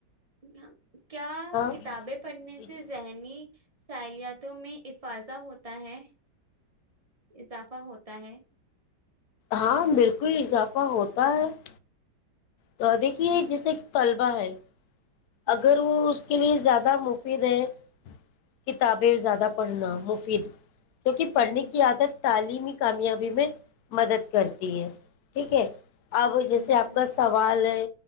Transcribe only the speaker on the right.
<unintelligible> کیا
کتابیں پڑھنے
سے ذہنی سلت <unintelligible> بوں میں افاضا ہوتا ہے اضافہ ہوتا ہے <unintelligible>
جی
جی
جی
جی بالکل